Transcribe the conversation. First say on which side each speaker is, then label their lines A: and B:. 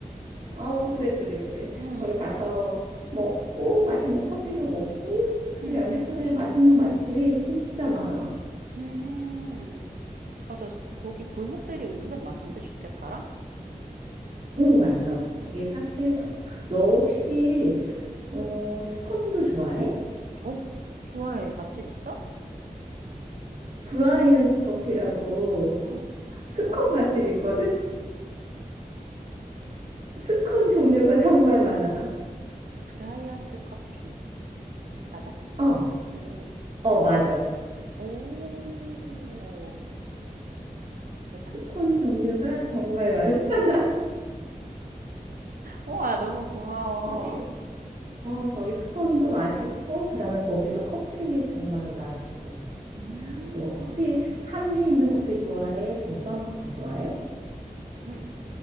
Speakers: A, on the right; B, on the right.
A: 어, 그래, 그래, 그래.
B: 음.
A: 거기 가서 먹고, 맛있는 커피도 먹고,
B: 음음.
A: 어, 양재천에 맛있는 맛집이 진짜 많아.
B: 음. 음. 맞아. 거기 골목들이 은근 많던데 주택가랑?
A: 응, 맞아. 거기 카페 많고. 너 혹시,
B: 음.
A: 어, 스콘도 좋아해?
B: 오, 좋아해. 맛집 있어?
A: 브라이언스 커피라고
B: 응. 브라이언스
A: 스콘 맛집 있거든? 스, 스콘 종류가 정말 많아.
B: 브라이언스 커피 맞아?
A: 어,
B: 오.
A: 어, 맞아.
B: 오. 저장.
A: 스콘 종류가 정말 많아. <laughs>
B: 우와, 너무 고마워.
A: 여기. 어, 거기 스콘도 맛있고, 그 다음에 거기도 커피 정말 맛있어.
B: 음.
A: 너 커피, 산미 있는 커피 좋아해? 고소한 커피 좋아해?
B: 음.